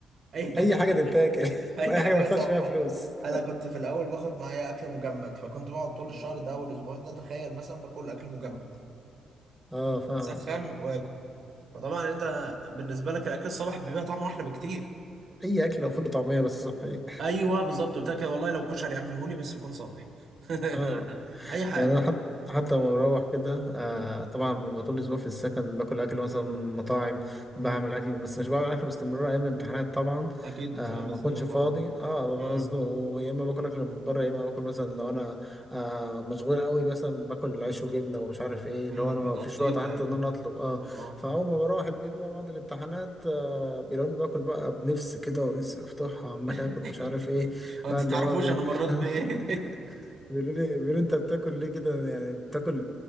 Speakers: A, on the right (about 60°); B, in the centre.
A: اي
B: أي حاجة
A: <laughs>
B: تتاكل <laughs>
A: اي
B: أي
A: حاجه
B: حاجة ما تدفعش
A: صبحه
B: فيها فلوس
A: انا كنت في الاول باخد معايا اكل مجمد فكنت بقعد طول
B: مم.
A: الشهر ده والاسبوعين ده تخيل مثلا باكل اكل مجمد
B: آه فاهم
A: سخن واكل فطبعا انت بالنسبه لك الاكل الصبح بيبقى طعمه احلى بكتير
B: أي أكل لو فول وطعمية بس صحي
A: ايوه بالظبط قلت لك والله لو كشري يعمله لي بس يكون صبح <laughs>
B: اه
A: اي حاجه
B: يعني انا حتى حتى لما بروح كده آه طبعا ببقى طول الاسبوع في السكن باكل اكل مثلا من مطاعم بعمل
A: مم.
B: اكل بس مش بعمل اكل باستمرار ايام الامتحانات طبعا
A: اكيد
B: آه
A: بتبقى مزنوق
B: ما اكونش فاضي
A: طبعا
B: اه ببقى
A: مم.
B: مزنوق ويا اما باكل اكل من بره يا اما باكل مثلا لو انا آه مشغول قوي مثلا باكل عيش وجبنه ومش عارف ايه
A: مم.
B: اللي هو انا ما
A: بتقضيها
B: فيش وقت حتى
A: يعني
B: ان انا اطلب اه
A: اه
B: فاول ما بروح البيت بقى بعد الامتحانات آه بيلاقوني باكل بقى بنفس كده ونفسي افتحها عمال
A: <laughs>
B: اكل ومش عارف ايه
A: انت
B: آه
A: تعرفوش
B: اللي هو بي...
A: انا مريت بايه
B: <laughs> بيقولوا لي بيقولوا لي انت بتاكل ليه كده يعني بتاكل